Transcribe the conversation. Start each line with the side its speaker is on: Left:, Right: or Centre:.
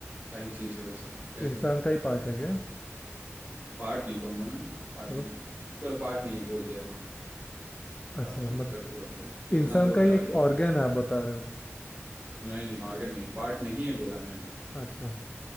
Right: का ही चीज है वैसा कह
Left: इंसान
Right: सकते हो।
Left: का ही पार्ट है क्या
Right: पार्ट नहीं कहूंगा मैं पार्ट
Left: तो
Right: नहीं है। चलो पार्ट नहीं है बोल दिया हाँ
Left: अच्छा
Right: आप चूज
Left: मत
Right: करते रहो भाई इतना
Left: इंसान
Right: तो
Left: का
Right: बता
Left: ही एक
Right: दिया
Left: ऑर्गन है आप बता रहे हो
Right: नहीं नहीं ऑर्गन नहीं पार्ट नहीं है बोला मैंने
Left: अच्छा